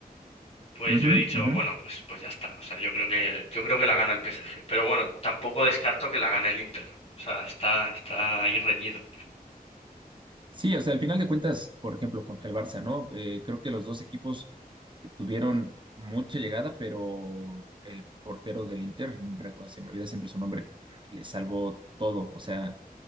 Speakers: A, on the left; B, on the right.
A: pues
B: Ujú,
A: yo he dicho,
B: ujú.
A: bueno, pues, pues ya está. O sea, yo creo que, yo creo que la gana el PSG. Pero bueno, tampoco descarto que la gane el Inter. O sea, está, está ahí reñido.
B: Sí, o sea, al final de cuentas, por ejemplo, contra el Barça, ¿no? Eh, creo que los dos equipos eh, tuvieron mucha llegada, pero el portero del Inter, re- se me olvida siempre su nombre, le salvó todo. O sea,